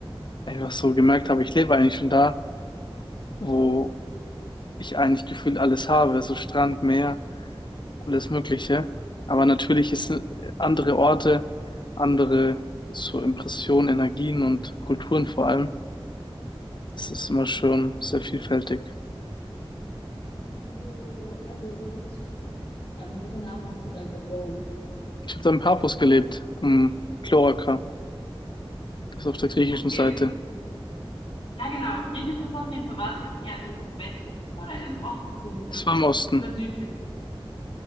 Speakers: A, on the left (about 50°); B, on the left (about 75°).
A: einfach so gemerkt habe, ich lebe eigentlich schon da, wo ich eigentlich gefühlt alles habe, so Strand, Meer, alles Mögliche. Aber natürlich ist äh, andere Orte, andere so Impressionen, Energien und Kulturen vor allem. Das ist immer schon sehr vielfältig.
B: Wo, also wo genau hast du da gewohnt?
A: Ich habe da in Paphos gelebt, am Kloaka, das ist auf der griechischen
B: Okay,
A: Seite.
B: ja genau. Griechisch ist auf jeden Fall. War es jetzt eher im Westen oder im Osten?
A: Das war im Osten.
B: Oder südlich?